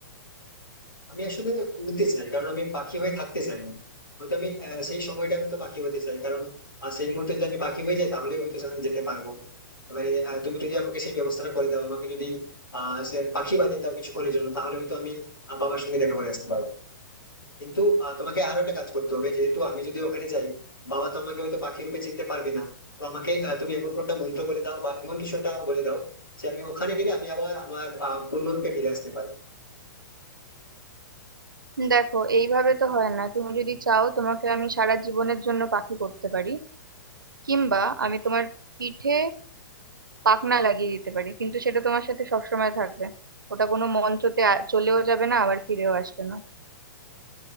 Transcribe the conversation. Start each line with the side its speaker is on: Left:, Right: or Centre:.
Left: আমি আসলে উড়তে চাই কারণ আমি পাখি হয়ে থাকতে চাই না হয়তো আমি আহ, সেই সময়টা হয়তো পাখি হতে চাই কারণ আহ, সেই মুহূর্তে যদি আমি পাখি হয়ে যাই তাহলে হয়তো সেখানে যেতে পারবো এবারে আহ, তুমি যদি আমাকে সেই ব্যবস্থাটা করে দাও আমাকে যদি আহ সে পাখি বানিয়ে দাও কিছুক্ষণের জন্য তাহলে হয়তো আমি আহ, বাবার সঙ্গে দেখা করে আসতে পারবো কিন্তু আহ, তোমাকে আরো একটা কাজ করতে হবে যেহেতু আমি যদি ওখানে যাই বাবা তো আমাকে হয়তো পাখি রূপে চিনতে পারবে না তো আমাকে আহ, তুমি এমন কোনটা মন্ত্র বলে দাও বা এমন কিছু একটা বলে দাও যে আমি ওখানে গেলে আমি আবার আমার আহ, পূর্ণরূপে ফিরে আসতে পারি
Right: দেখো এইভাবে তো হয় না তুমি যদি চাও তোমাকে আমি সারা জীবনের জন্য পাখি করতে পারি কিংবা আমি তোমার পিঠে পাখনা লাগিয়ে দিতে পারি কিন্তু সেটা তোমার সাথে সবসময় থাকবে ওটা কোনো মঞ্চতে আ- চলেও যাবে না আবার ফিরেও আসবে না